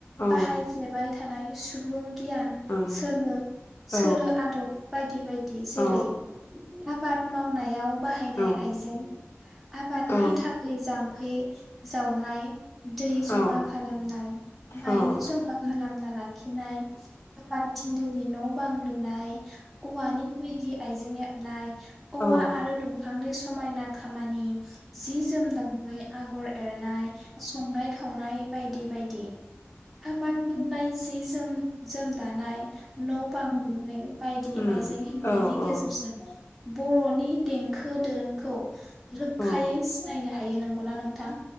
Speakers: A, on the left; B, in the centre.
A: औ
B: बाहाय फ्लेबाय। थानाय सुबुं गियान
A: ओं
B: सोलो।
A: औ
B: सोलो आदब। बायदि बायदि। जेरै
A: औ
B: आबाद। मावनायाव बाहायनाय
A: औ
B: आइजें आबादनि
A: औ
B: थाखाय जाम्फै जावनाय दै
A: औ
B: जमा खालामनाय। बायनो
A: औ
B: जबा गलाब। नोंनालाय। खिनाय बायदिनो। नि न' बां लुनाय औवानि बायदि आइजें हेबनाय औवा
A: औ औ
B: आरो दंफांनि समायना खामानि जि जोम दानाय आगर एरनाय संनाय खावनाय बायदि बायदि आबाद बुङोब्ला जि जोम जोम दानाय न' बां लुनाय । बायदि
A: उम
B: आइजें हेब
A: औ
B: मैनि
A: औ
B: गेजेरसिनै बर'नि देंखो दोरोंखौ रोखायै
A: औ
B: सिनायनो हायो नंगौना नों थां